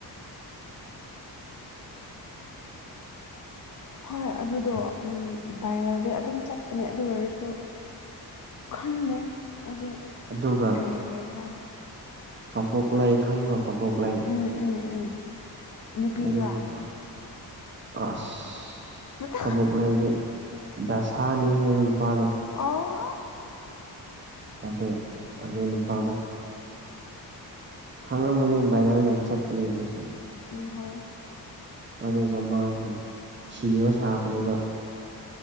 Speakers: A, on the left; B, on the right.
A: ꯍꯣꯏ ꯑꯗꯨꯗꯣ ꯎꯝ ꯚꯏꯔꯦꯜꯗꯤ ꯑꯗꯨꯝ ꯆꯠ ꯑ ꯑꯗꯨ ꯑꯣꯏꯔꯁꯨ ꯈꯪꯗꯦ ꯑꯩꯗꯤ
B: ꯑꯗꯨꯒ
A: ꯀꯔꯤ ꯍꯥꯏꯖ꯭ꯔꯥ
B: ꯀꯕꯣꯛꯂꯩ ꯈꯪꯕꯔꯣ ꯀꯕꯣꯛꯂꯩ
A: ꯎꯝ ꯎꯝ ꯎꯝ ꯅꯨꯄꯤꯔꯥ
B: ꯑꯣ ꯂꯄ ꯑꯁ
A: ꯅꯠꯇꯦ
B: ꯍꯕ ꯗꯤ ꯗꯁꯥꯅꯤ ꯍꯥꯏꯕ ꯅꯨꯄꯥꯗ
A: ꯑꯣ
B: ꯃꯗꯣ ꯑꯗꯨ ꯅꯨꯄꯥꯗꯣ ꯊꯉꯥ ꯃꯅꯤ ꯔꯕꯨ ꯌꯥꯝ ꯆ ꯄꯨꯃꯤꯁ
A: ꯎꯝ ꯍꯥꯏꯌꯣ
B: ꯑꯗꯨꯒ ꯃꯥꯒꯤ ꯁꯤꯕ ꯁꯥꯕꯅꯦꯕ